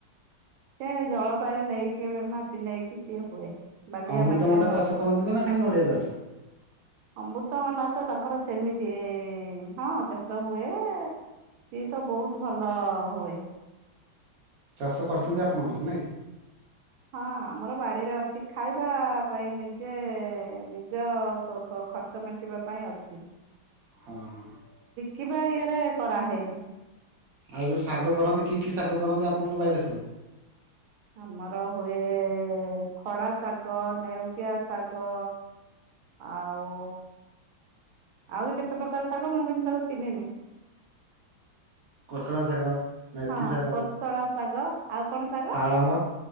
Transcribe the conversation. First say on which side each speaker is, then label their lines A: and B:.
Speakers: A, on the right; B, on the right.
A: ସେ ଜଳବାୟୁ ନେଇକି ବି ମାଟି ନେଇକି ସିଏ ହୁଏ। ବାଲିଆ
B: ଅମୃତ
A: ମାଟିରେ
B: ଭଣ୍ଡା ଚାଷ କରନ୍ତି ନା ନା ଖାଲି ନଡିଆ ଚାଷ?
A: ଅମୃତ ଭଣ୍ଡା ତ ତାଙ୍କର ସେମି ତି ହଁ ଚାଷ ହୁଏ ସିଏ ତ ବହୁତୁ ଭଲ ହୁଏ।
B: ଚାଷ କରିଛନ୍ତି ଆପଣଙ୍କର ନାଇଁ କି?
A: ହଁ ଆମର ବାଡିରେ ଅଛି ଖାଇବା ପାଇଁ ନିଜେ ନିଜ କ କ ଖର୍ଚ୍ଚ ମେଣ୍ଟିବା ପାଇଁ ଅଛି।
B: ହଁ।
A: କିବା ଇଏରେ କରାହେଇନି।
B: ଆଉ ଯୋଉ ଶାଗ କରନ୍ତି କି କି ଶାଗ କରନ୍ତି ଆପଣଙ୍କ ବାଇରେ ସବୁ?
A: ଆମର ହୁଏ ଖଡା ଶାଗ, ନେଉଟିଆ ଶାଗ। ଆଉ ଆହୁରି କେତେ ପ୍ରକାର ଶାଗ ମୁଁ କିନ୍ତୁ ତାକୁ ଚିହ୍ନିନି।
B: କୋଶଳା ଶାଗ। ମେଥି
A: ହଁ
B: ଶାଗ
A: କୋଶଳା ଶାଗ ଆଉ କଣ ଶାଗ?
B: ପାଳଙ୍ଗ